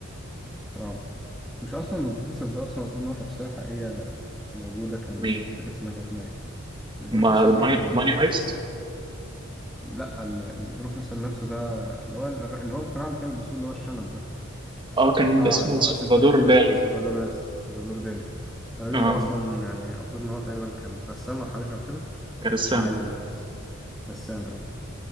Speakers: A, in the centre; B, on the right.
A: اه مش أصلا البروفيسور ده أصلا المفروض إن هو شخصية حقيقية موجودة كان
B: مين؟
A: مش فاكر اسمها كان اسمها إيه البروفيسور
B: ما ماني
A: ده كان المفروض
B: ماني هايست؟
A: لا ال- البروفيسور نفسه ده اللي هو الر- اللي هو القناع اللي كان بيلبسوه اللي هو الشنب ده
B: اه كان
A: بتاع
B: اسمه
A: اللي هو
B: سلفادور
A: سلفادور
B: دالي
A: سلفادور سلفادور دالي الراجل
B: اه
A: ده اصلا يعني المفروض ان هو تقريبا كان رسام او حاجه شبه كده او
B: كرسام
A: عالم
B: اه
A: نفس رسام اه